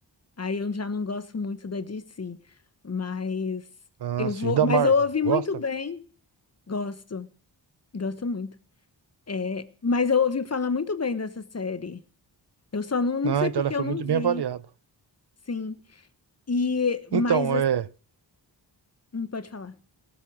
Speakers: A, on the left; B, on the right.
A: Aí eu já não gosto muito da DC, mas
B: Ah,
A: eu
B: sim,
A: vou,
B: e da
A: mas
B: Marvel,
A: eu ouvi
B: gosta?
A: muito bem, gosto, gosto muito. É, mas eu ouvi falar muito bem dessa série. Eu só não, não
B: Ah,
A: sei
B: então
A: porque
B: ela foi
A: eu não
B: muito
A: vi,
B: bem avaliada.
A: sim. E, mas,
B: Então, é,
A: não pode falar.